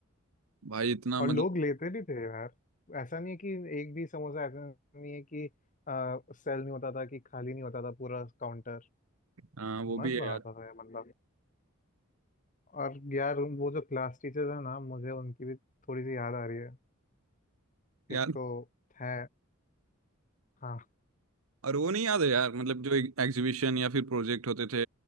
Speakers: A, on the right (about 80°); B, on the left (about 40°).
A: भाई इतना मतलब
B: और लोग लेते भी थे यार ऐसा नहीं है कि एक भी समोसा ऐसा नहीं है कि सेल नहीं होता था कि खाली नहीं होता था पूरा काउंटर
A: हाँ वो भी
B: मस्त
A: है
B: बनाता
A: यार
B: था यार और यार वो जो क्लास टीचर है ना मुझे उनकी भी थोड़ी सी याद आ रही है
A: यार
B: एक तो है हाँ
A: और वो नहीं याद है यार मतलब जो एग्जीबिशन या फिर प्रोजेक्ट होते थे